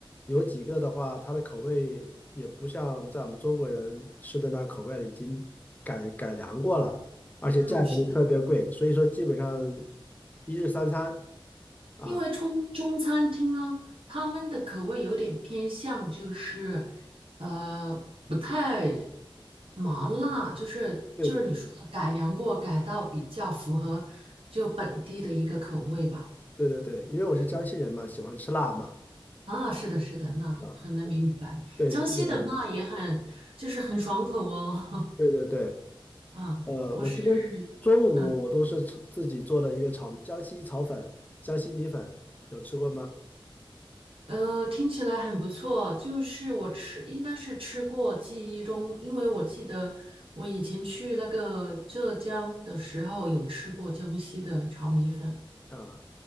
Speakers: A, on the left; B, on the right.
A: 有几个的话，它的口味也不像在我们中国人吃的那口味了，已经改改良过了，而且价格又特别贵，
B: 嗯，是的。
A: 所以说基本上一日三餐啊。
B: 因为中中餐厅哦，他们的口味有点偏向，就是呃不太麻辣，就是就是你说的改良过，
A: 对对对
B: 改到比较符合就本地的一个口味吧。
A: 对对对，因为我是江西人嘛，
B: 是
A: 喜欢吃辣嘛，
B: 啊，是的，是的，那很能明白。
A: 啊，对，
B: 江西的辣也很就是很爽口哦。
A: 基本上是对对对，
B: <laughs> 啊，
A: 呃，
B: 我是
A: 我今天中午我都是自自己做了一个炒江西炒粉，
B: 啊。
A: 江西米粉，有吃过吗？
B: 呃，听起来很不错。就是我吃，应该是吃过，记忆中，因为我记得我以前去那个浙江的时候有吃过江西的炒米粉，
A: 啊，